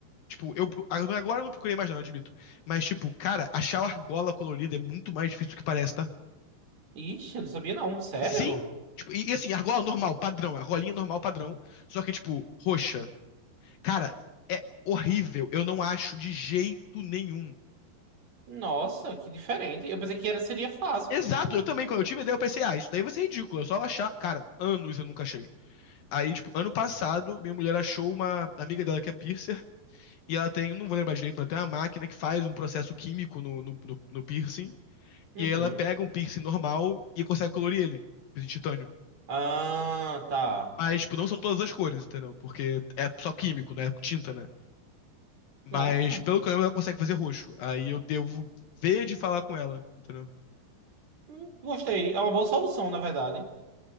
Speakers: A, on the left; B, on the right.
A: tipo, eu pro- agora eu não procurei mais, não, eu admito. Mas, tipo, cara, achar a argola colorida é muito mais difícil do que parece, tá?
B: Ixi, eu não sabia não. Sério?
A: Sim, tipo, e, e assim, argola normal, padrão, argolinha normal, padrão, só que, tipo, roxa. Cara, é horrível, eu não acho de jeito nenhum.
B: Nossa, que diferente. Eu pensei que era, seria fácil,
A: Exato,
B: porque, tipo,
A: eu também, quando eu tive a ideia, eu pensei, ah, isso daí vai ser ridículo, é só achar. Cara, anos eu nunca achei. Aí, tipo, ano passado, minha mulher achou uma amiga dela que é piercer, e ela tem, não vou lembrar direito, ela tem uma máquina que faz um processo químico no, no, no, no piercing,
B: Uhum.
A: e aí ela pega um piercing normal e consegue colorir ele, de titânio.
B: Ah, tá.
A: Mas, tipo, não são todas as cores, entendeu? Porque é só químico, né? Tinta, né? Mas,
B: Nossa.
A: pelo que eu lembro, ela consegue fazer roxo. Aí eu devo ver de falar com ela, entendeu?
B: Hum, Gostei. É uma boa solução, na verdade.